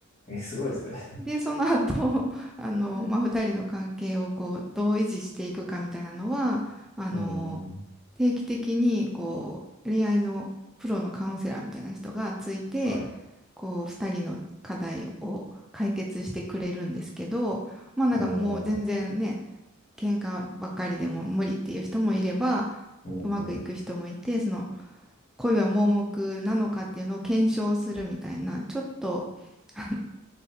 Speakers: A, on the left; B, in the centre.
A: ん。え、すごいですね。
B: で、その後、<laughs> あの、
A: うん。
B: まあ、二人の関係をこう、どう維持していくかみたいなのは、あの、
A: うーん
B: 定期的に、こう、恋愛のプロのカウンセラーみたいな人がついて、
A: はい。
B: こう、二人の課題を解決してくれるんですけど、まあ、なんかもう全然ね、
A: おー。
B: 喧嘩ばっかりでも無理っていう人もいれば、
A: うんうん。
B: うまくいく人もいて、その、恋は盲目なのかっていうのを検証するみたいな、ちょっと、あ